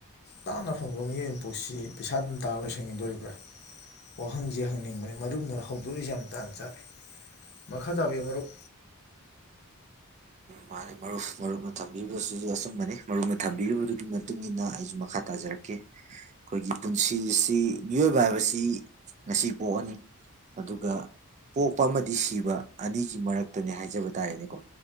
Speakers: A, on the left (about 50°); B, on the right (about 30°).
A: ꯇꯥꯡꯅ ꯐꯪꯕ ꯃꯤꯑꯣꯏ ꯃꯄꯣꯛꯠꯁꯤ ꯄꯩꯁꯥ ꯑꯗꯨꯝ ꯇꯥꯜꯂ ꯂꯣꯏꯁꯤꯟꯒꯗꯣꯔꯤꯕ꯭ꯔꯥ ꯋꯥꯍꯪꯁꯦ ꯍꯪꯅꯤꯡꯕꯅꯤ ꯃꯔꯨꯞꯅ ꯍꯧꯗꯣꯔꯤꯁꯦ ꯌꯥꯝ ꯇꯥꯟ ꯆꯥꯔꯦ ꯃꯈꯥ ꯇꯥꯕꯤꯌꯨ ꯃꯔꯨꯞ
B: ꯃꯥꯅꯦ ꯃꯔꯨꯞ ꯃꯔꯨꯞꯅ ꯊꯝꯕꯤꯔꯨꯕꯁꯤꯁꯨ ꯑꯆꯨꯝꯕꯅꯤ ꯃꯔꯨꯞꯅ ꯊꯝꯕꯤꯔꯨꯕꯗꯨꯒꯤ ꯃꯇꯨꯡ ꯃꯇꯨꯡꯏꯟꯅ ꯑꯩꯁꯨ ꯃꯈꯥ ꯇꯥꯖꯔꯛꯀꯦ ꯑꯩꯈꯣꯏꯒꯤ ꯄꯨꯟꯁꯤꯁꯤ ꯃꯤꯑꯣꯏꯕ ꯍꯥꯏꯕꯁꯤ ꯉꯁꯤ ꯄꯣꯛꯑꯅꯤ ꯑꯗꯨꯒ ꯄꯣꯛꯄ ꯑꯃꯗꯤ ꯁꯤꯕ ꯑꯅꯤꯒꯤ ꯃꯔꯛꯇꯅꯦ ꯍꯥꯏꯖꯕ ꯇꯥꯔꯦꯅꯦꯀꯣ